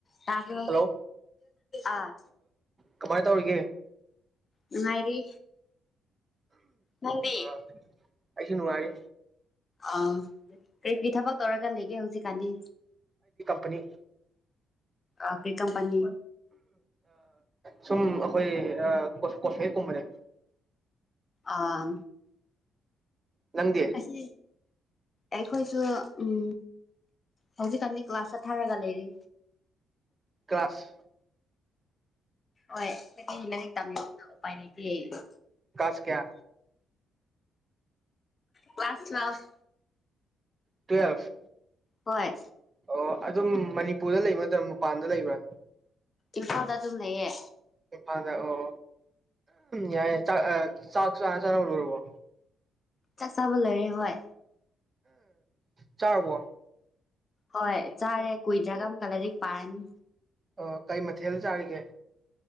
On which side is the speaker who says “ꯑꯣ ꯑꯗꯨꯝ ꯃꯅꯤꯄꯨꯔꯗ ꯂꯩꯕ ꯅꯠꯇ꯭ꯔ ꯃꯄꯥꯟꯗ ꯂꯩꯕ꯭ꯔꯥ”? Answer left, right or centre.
Right